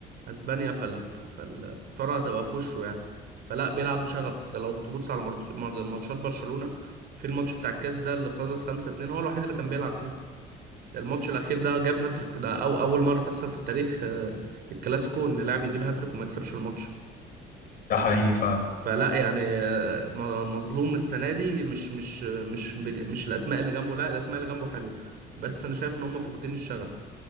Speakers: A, on the right (about 65°); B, on the left (about 60°).
A: اسبانيا فال... فالخساره هتبقى في وشه يعني فلا بيلعب بشغف انت لو تبص على مرض... مرض... ماتشات برشلونه في الماتش بتاع الكاس ده اللي خلص 5 2 هو الوحيد اللي كان بيلعب فيه الماتش الاخير ده جاب هاتريك ده أو اول مره تحصل في التاريخ آه، الكلاسيكو ان لاعب يجيب هاتريك وما يكسبش الماتش
B: ده حقيقي فعلا
A: فلا يعني آه، م- مظلوم السنه دي مش مش مش بج- مش الاسماء اللي جنبه لا الاسماء اللي جنبه حلوه بس انا شايف ان هم فاقدين الشغف